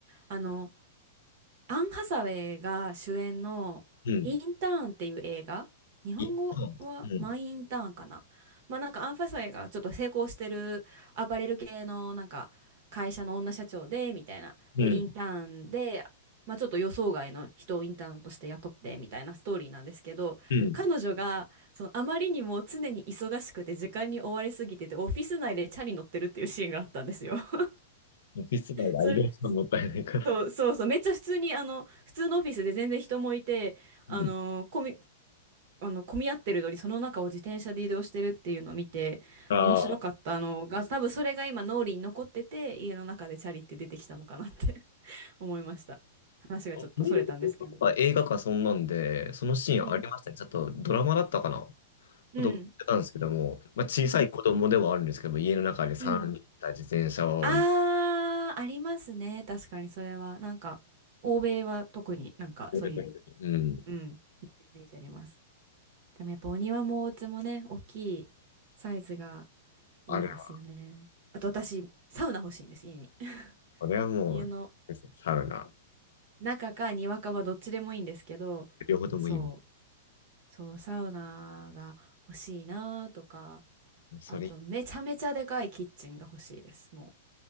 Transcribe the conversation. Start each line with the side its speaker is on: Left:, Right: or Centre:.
Right: あの、アン・ハサウェイが主演のインターンっていう映画、
Left: うん、
Right: 日本語はマイ・
Left: 一旦、う
Right: インターンかな。まあなんかアン・ハサウェイがちょっと成功してるアパレル系のなんか会社の女社長でみたいな。
Left: ん、
Right: で、
Left: うん、
Right: インターンで、まあちょっと予想外の人をインターンとして雇ってみたいなストーリーなんですけど、
Left: うん。
Right: 彼女がそのあまりにも常に忙しくて時間に追われすぎててオフィス内でチャリ乗ってるっていうシーンがあったんですよ。<laughs>
Left: オフィス街が移動するのもったいないから。
Right: それそうそうそう、めっちゃ普通に、あの、普通のオフィスで全然人もいて、あの、
Left: うん。
Right: 混み、あの、混み合ってるのに、その中を自転車で移動してるっていうのを見て、
Left: ああ、
Right: 面白かったのが、
Left: ア
Right: 多分それが今、脳裏に残ってて、家の中でチャリって出てきたのかなって <laughs> 思いました。話がちょっとそれたんですけど。
Left: メリングとか映画かそんなんで、そのシーンありましたね。
Right: うん、
Left: ちょっとドラマだったかな。
Right: うん、
Left: と思ってたんですけども、まあ、小さい子供ではあるんですけども、
Right: うん、
Left: 家の中で3人ッタた自転車を乗
Right: うん。あー、ありますね。確かにそれは。なんか、欧米は特になんかそういう、
Left: るときに、うん。
Right: うん、イメージあります。でもやっぱお庭もお家もね、大きいサイズが
Left: あれは、
Right: いいですよね。あと私、サウナ欲しいんです、家に。<laughs>
Left: これはもう、
Right: 家の
Left: サウナ、
Right: 中か庭かはどっちでもいいんですけど、
Left: 両方ともいいわ。
Right: そう、そう、サウナが欲しいなとか、
Left: それ、
Right: あとめちゃめちゃでかいキッチンが欲しいです、もう。